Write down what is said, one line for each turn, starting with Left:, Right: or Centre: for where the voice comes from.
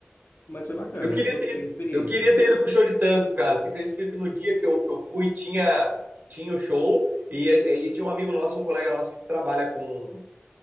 Left: mas foi bacana,
Right: Eu queria
Left: eu gostei
Right: ter,
Left: da experiência.
Right: eu queria ter ido pro show de tango, cara. Você acredita que no dia que eu, que eu fui tinha, tinha o show e, e tinha um amigo nosso, um colega nosso que trabalha com,